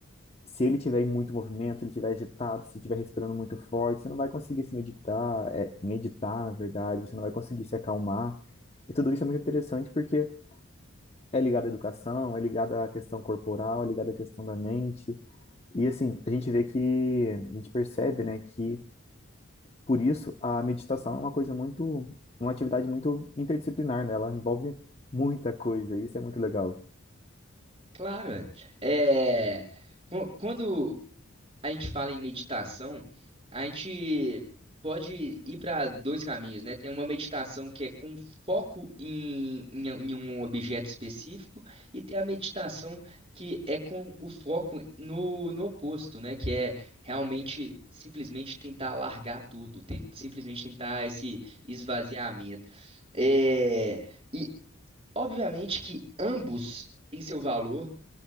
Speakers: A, on the left (about 30°); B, on the right (about 25°).
A: se ele tiver em muito movimento, ele tiver agitado, se estiver respirando muito forte, você não vai conseguir se meditar, é, meditar, na verdade, você não vai conseguir se acalmar. E tudo isso é muito interessante porque é ligado à educação, é ligado à questão corporal, é ligado à questão da mente. E assim, a gente vê que, a gente percebe, né, que por isso a meditação é uma coisa muito, uma atividade muito interdisciplinar, né? Ela envolve muita coisa, e isso é muito legal.
B: Claro, é. É, qu- quando a gente fala em meditação, a gente pode ir para dois caminhos, né? Tem uma meditação que é com foco em, em, em um objeto específico, e tem a meditação que é com o foco no, no oposto, né? Que é realmente simplesmente tentar largar tudo, ten- simplesmente tentar esse esvaziamento. É, e obviamente que ambos têm seu valor.